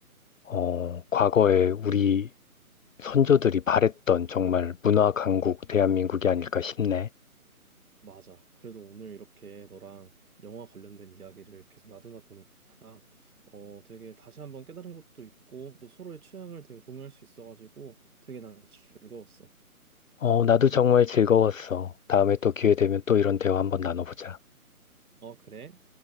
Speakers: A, on the left; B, on the right.
A: 어, 과거에 우리 선조들이 바랬던 정말 문화 강국 대한민국이 아닐까 싶네.
B: 맞아. 그래도 오늘 이렇게 너랑 영화 관련된 이야기를 계속 나누다 보니까 어 되게 다시 한번 깨달은 것도 있고 또 서로의 취향을 되게 공유할 수 있어가지고 되게 난 즐거웠어.
A: 어, 나도 정말 즐거웠어. 다음에 또 기회 되면 또 이런 대화 한번 나눠보자.
B: 어, 그래?